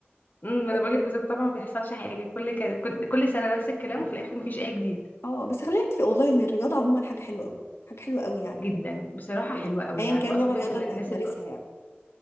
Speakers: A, on the left (about 45°); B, on the left (about 85°).
A: امم
B: <laughs> لا
A: انا
B: بجد
A: بقول لك بالظبط طبعا ما بيحصلش حاجه كل ك... كل كل سنه نفس الكلام وفي الاخر ما فيش اي جديد
B: اه بس خلينا نتفق والله ان الرياضه عموما حاجه حلوه قوي حاجه حلوه قوي يعني
A: جدا بصراحه
B: يعني
A: حلوه قوي
B: ايا
A: يعني عارفه
B: كان نوع
A: اصلا
B: الرياضه
A: فكره
B: اللي
A: ان الناس
B: هتمارسها يعني